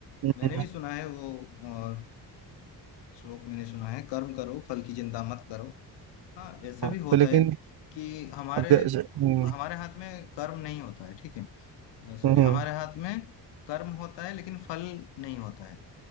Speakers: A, on the right; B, on the left.
A: हम्म।
B: मैंने भी सुना है वो और श्लोक मैंने सुना है कर्म करो फल की चिंता मत करो हाँ ऐसा
A: हाँ,
B: भी होता
A: तो लेकिन
B: है कि हमारे
A: अब जैसे हम्म
B: हमारे हाथ में कर्म नहीं होता है ठीक है सॉरी
A: हम्म,
B: हमारे हाथ में कर्म होता है लेकिन फल नहीं होता है